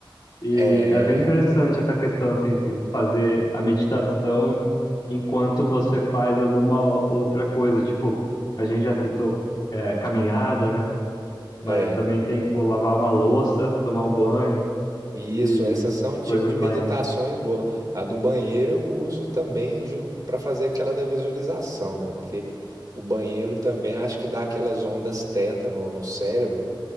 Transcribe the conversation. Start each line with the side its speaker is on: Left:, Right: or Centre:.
Left: E
Right: É,
Left: é bem interessante essa questão assim de fazer a meditação enquanto você faz alguma o- outra coisa, tipo, a gente já citou é, caminhada, né? Mas
Right: é.
Left: também tem, pô, lavar uma louça, tomar um banho
Right: Isso,
Left: e
Right: essas são um tipo
Left: coisas
Right: de meditações
Left: mais
Right: boas. A do banheiro eu uso também para fazer aquela da visualização, né? Porque o banheiro também acho que dá aquelas ondas teta no, no cérebro,